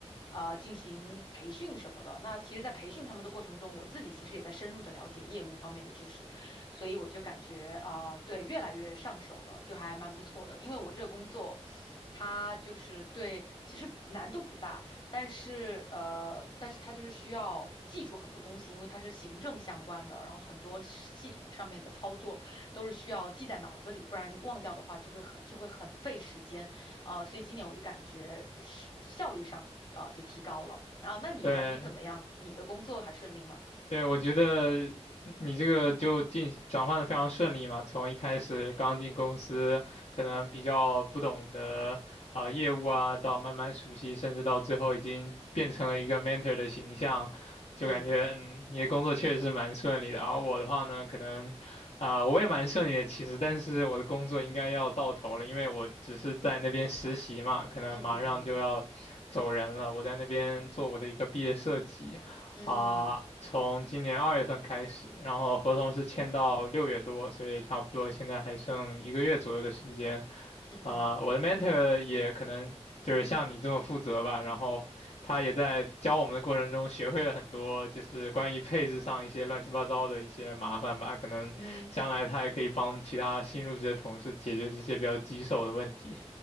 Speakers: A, on the left (about 40°); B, on the left (about 65°).
A: 呃进行培训什么的。那其实，在培训他们的过程中，我自己其实也在深入的了解业务方面的知识，所以我就感觉啊、对，越来越上手了，就还蛮不错的。因为我这个工作。它就是对，其实难度不大，但是呃，但是它就是需要记住很多东西，因为它是行政相关的，然后很多系统上面的操作，都是需要记在脑子里，不然忘掉的话就会很就会很费时间啊、所以今年我就感觉是效率上啊、就提高了啊。那你呢？
B: 对，
A: 你怎么样？你的工作还顺利吗？
B: 对，我觉得你这个就进转换的非常顺利嘛，从一开始刚进公司，可能比较不懂的啊、呃业务啊，到慢慢熟悉，甚至到最后已经变成了一个 mentor 的形象，就感觉嗯，
A: 嗯
B: 你的工作确实是蛮顺利的。而我的话呢，可能啊、我也蛮顺利的其实，但是我的工作应该要到头了，因为我只是在那边实习嘛，可能马上就要走人了，
A: 嗯嗯
B: 我在那边做我的一个毕业设计。
A: 嗯嗯
B: 啊，从今年二月份开始，然后合同是签到六月多，所以差不多现在还剩一个月左右的时间。
A: 嗯嗯
B: 啊、我的 mentor 也可能就是像你这么负责吧，然后他也在教我们的过程中学会了很多，就是关于配置上一些乱七八糟的一些麻烦吧，可能将来他也可以帮其他新入职的同事解决这些比较棘手的问题。
A: 嗯。嗯